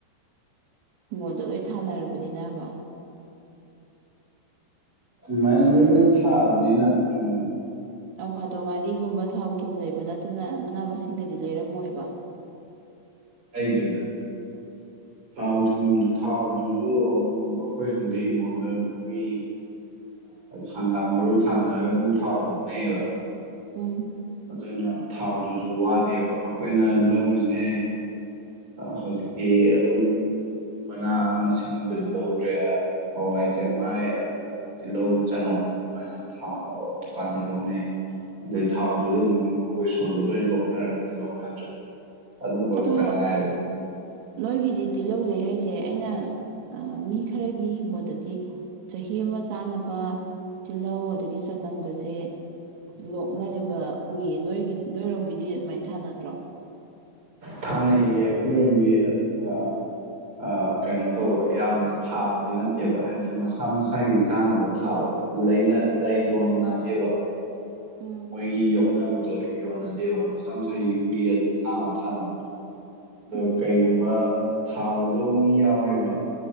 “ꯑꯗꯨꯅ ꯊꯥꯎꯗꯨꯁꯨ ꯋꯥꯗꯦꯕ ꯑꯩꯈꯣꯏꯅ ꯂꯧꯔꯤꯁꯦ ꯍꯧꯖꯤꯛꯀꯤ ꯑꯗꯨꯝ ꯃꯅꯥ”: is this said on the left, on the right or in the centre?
Right